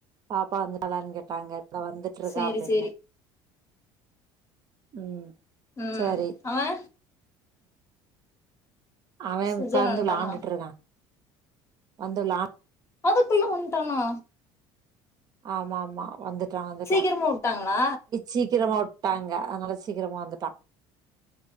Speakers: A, on the right (about 40°); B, on the left (about 25°).
A: பாப்பா வந்து டாளானு கேட்டாங்க இந்தா வந்துட்டு இருக்கா
B: சேரி
A: அப்டின்னே
B: சேரி
A: ம்
B: ம்
A: சரி
B: அவே
A: அவ
B: சுஜன்
A: உக்காந்து
B: வன்ட்டானா
A: விளாண்டுட்டு இருக்கா வந்து விளா
B: அதுக்குள்ள வந்டானா
A: ஆமா ஆமா வந்துட்டா வந்துட்டா
B: சீக்கிரமா வுட்டாங்களா
A: சீக்கிரமா உட்டாங்க அதனால சீக்கிரமா வந்துட்டா